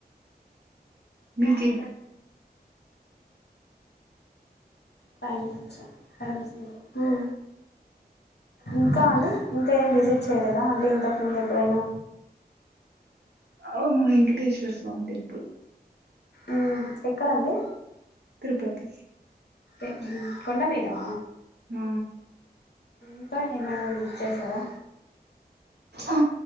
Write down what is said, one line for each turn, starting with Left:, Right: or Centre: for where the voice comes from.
Right: మీకే
Left: ఫైవ్ మినిట్స్ ఫైవ్ మినిట్స్ ఆ ఇంకా అండి ఇంకా ఏం విజిట్ చేయలేదా అంటే ఇంతకుముందు ఎప్పుడైనా
Right: ఆ వెంకటేశ్వర స్వామి టెంపుల్
Left: ఉమ్ ఎక్కడండి
Right: తిరుపతి
Left: ే కొండ మీదా
Right: ఆ
Left: ఇంకా ఏమైనా విజిట్ చేశారా
Right: ఆ